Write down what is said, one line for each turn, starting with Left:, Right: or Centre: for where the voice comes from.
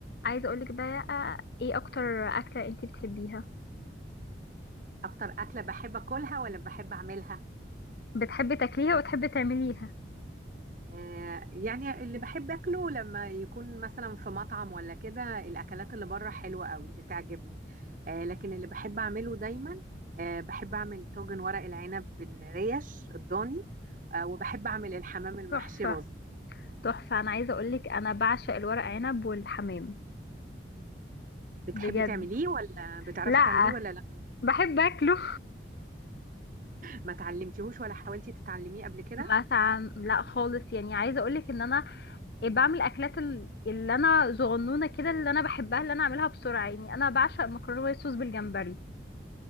Left: عايزه اقولك بقى ايه اكتر اكله انت بتحبيها
Right: اكتر اكله بحب اكلها ولا بحب اعملها
Left: بتحبي تاكليها وتحبي تعمليها
Right: آه يعني اللي بحب اكله لما يكون مثلا في مطعم ولا كده الاكلات اللي بره حلوه قوي بتعجبني آه لكن اللي بحب اعمله دايما آه بحب اعمل طاجن ورق العنب بالريش الضاني آه وبحب اعمل الحمام المحشي
Left: تحفه
Right: رز
Left: تحفه انا عايزه اقولك انا بعشق الورق عنب والحمام
Right: بتحبي
Left: بجد
Right: تعمليه ولا بتعرفي
Left: لا
Right: تعمليه ولا لا
Left: بحب اكله
Right: ما تعلمتيهوش ولا حاولتي تتعلميه قبل كده
Left: <laughs> مثلا لا خالص يعني عايزه اقولك ان انا بعمل اكلات ال- اللي انا صغنونه كده اللي انا بحبها اللي انا اعملها بسرعه يعني انا بعشق مكرونه وايت صوص بالجمبري